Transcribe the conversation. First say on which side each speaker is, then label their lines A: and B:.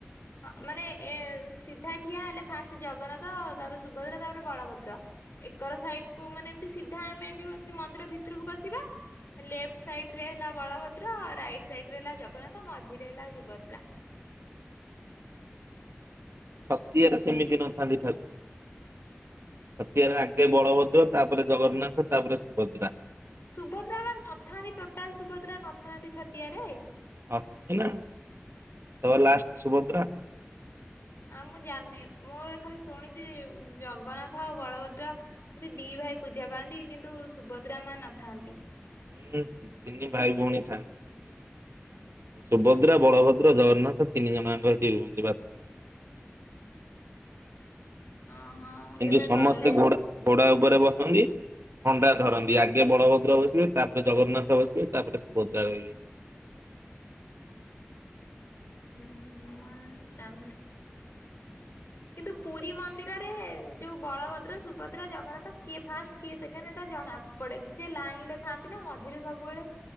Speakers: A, on the left; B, on the right.
A: ହଁ ମାନେ ଏ ସିଧା ଠିଆ ହେଲେ ଫାଷ୍ଟ ଜଗନ୍ନାଥ, ତାପରେ ସୁଭଦ୍ରା, ତାପରେ ବଳଭଦ୍ର, ଏକର ସାଇଡ୍ କୁ ମାନେ ଏମତି ସିଧା ଆମେ ଯୋଉ ଏମତି ମନ୍ଦିର ଭିତରକୁ ପସିବା ଲେଫ୍ଟ ସାଇଡ୍ ରେ ହେଲା ବଳଭଦ୍ର ରାଇଟ ସାଇଡ୍ ରେ ହେଲା ଜଗନ୍ନାଥ ମଝିରେ ହେଲା ସୁଭଦ୍ରା। <unintelligible>
B: ଛତିଆରେ ସେମିତି ନଥାନ୍ତି ଠାକୁ ଛତିଆରେ ଆଗେ ବଳଭଦ୍ର, ତାପରେ ଜଗନ୍ନାଥ, ତାପରେ ସୁଭଦ୍ରା।
A: ସୁଭଦ୍ରା ବା ନଥାନ୍ତି ଟୋଟାଲ ସୁଭଦ୍ରା ନଥାନ୍ତି ଛାତିଆରେ?
B: ଅଛନ୍ତି ନା ସଭା ଲାଷ୍ଟରେ ସୁଭଦ୍ରା।
A: ଆଉ ମୁଁ ଜାଣିନି ମୁଁ ଖାଲି ଶୁଣିଛି ଜଗନ୍ନାଥ ଆଉ ବଳଭଦ୍ର ସେଠି ଦି ଭାଇ ପୂଜା ପାଆନ୍ତି କିନ୍ତୁ ସୁଭଦ୍ରା ମା ନଥାନ୍ତି।
B: ହୁଁ ତିନି ଭାଇ ଭଉଣୀ ଥାଆନ୍ତି ସେ ଜାଗାରେ ସୁଭଦ୍ରା, ବଳଭଦ୍ର, ଜଗନ୍ନାଥ ତିନି ଜଣଯାଙ୍କ ସେଠି ରୁହନ୍ତି ବାସ କରନ୍ତି।
A: ହଁ ହଁ ମୁଁ
B: କିନ୍ତୁ
A: କେବେ
B: ସମସ୍ତେ
A: ଗଲେ
B: ଘୋଡା ଘୋଡା ଉପରେ ବସନ୍ତି ଖଣ୍ଡା ଧରନ୍ତି। ଆଗେ ବଳଭଦ୍ର ବସ ବେ ତାପରେ ଜଗନ୍ନାଥ ବସିବେ, ତାପରେ ସୁଭଦ୍ରା ରହିବେ।
A: ହୁଁ ହୁଁ ମୁଁ ଜାଣିନି। କିନ୍ତୁ ପୁରୀ ମନ୍ଦିରରେ ଯେଉ ବଳଭଦ୍ର, ସୁଭଦ୍ରା, ଜଗନ୍ନାଥ କିଏ ଫାଷ୍ଟ କିଏ ସେକେଣ୍ଡ ଏଟା ଜଣା ପଡେନି ସିଏ ଲାଇନ ଲେ ଥାଆନ୍ତି ନା ମଝିରେ ସବୁବେଳେ